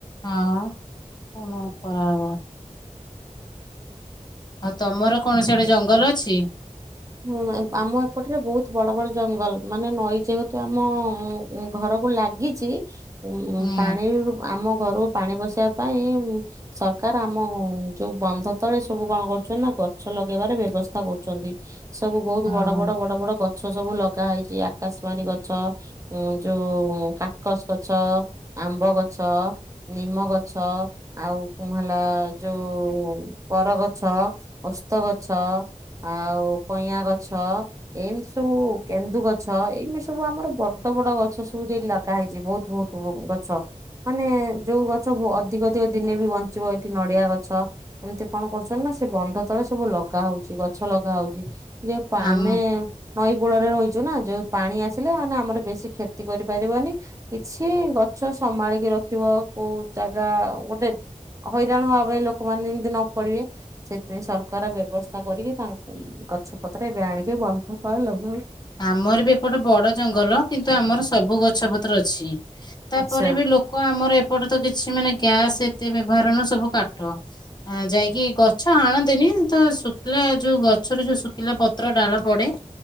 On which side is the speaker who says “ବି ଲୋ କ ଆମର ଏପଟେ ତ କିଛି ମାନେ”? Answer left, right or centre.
Left